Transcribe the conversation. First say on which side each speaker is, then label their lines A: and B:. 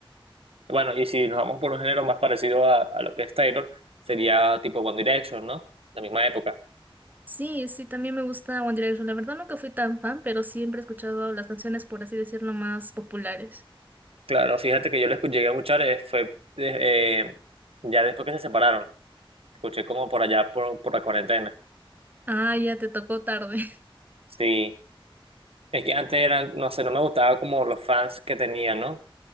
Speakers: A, on the right; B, on the right.
A: Bueno, y si nos vamos por un género más parecido a, a lo que es Taylor, sería tipo One Direction, ¿no? La misma época.
B: Sí, sí, también me gusta One Direction. La verdad nunca fui tan fan, pero siempre he escuchado las canciones, por así decirlo, más populares.
A: Claro, fíjate que yo lo escu- llegué a escuchar, eh, fue de- eh, ya después que se separaron. Escuché como por allá, por, por la cuarentena.
B: Ah, ya te tocó tarde. <laughs>
A: Sí, es que antes eran, no sé, no me gustaba como los fans que tenía, ¿no?